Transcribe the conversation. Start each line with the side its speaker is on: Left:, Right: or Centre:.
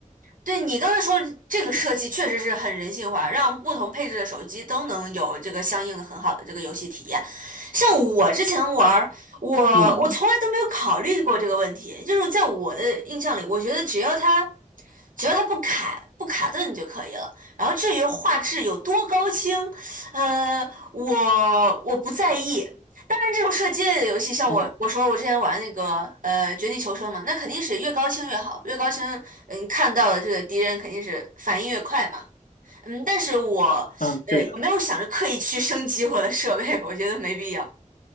Right: 对你刚才说这个设计确实是很人性化，让不同配置的手机都能有这个相应的很好的这个游戏体验。像我之前玩儿，我我从来都没有考虑过这个问题，
Left: 嗯，
Right: 就是在我的印象里，我觉得只要它只要它不卡不卡顿就可以了。然后至于画质有多高清，呃，我我不在意。当然，这种射击类的游戏，像我我说我之前玩那个呃《绝地求生》嘛，
Left: 哦，
Right: 那肯定是越高清越好，越高清，嗯，看到的这个敌人肯定是反应越快嘛。嗯，但是我
Left: 嗯，
Right: 呃也没有想着刻意去
Left: 对的，
Right: <laughs> 升级我的设备，我觉得没必要。